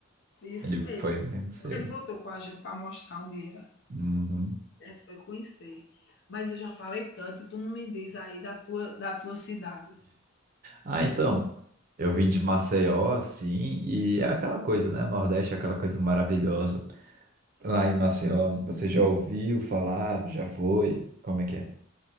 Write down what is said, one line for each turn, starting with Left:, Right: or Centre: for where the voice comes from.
Left: isso
Right: ele
Left: mesmo.
Right: foi mesmo cedo.
Left: Porque ele voltou com a gente para mostrar onde era.
Right: Uhum.
Left: A gente foi conhecer. Mas eu já falei tanto, e tu não me diz aí da tua, da tua cidade.
Right: Ah, então. Eu vim de Maceió, assim, e é aquela coisa, né? Nordeste é aquela coisa maravilhosa.
Left: Sim.
Right: Lá em Maceió, você já ouviu falar? Já foi? Como é que é?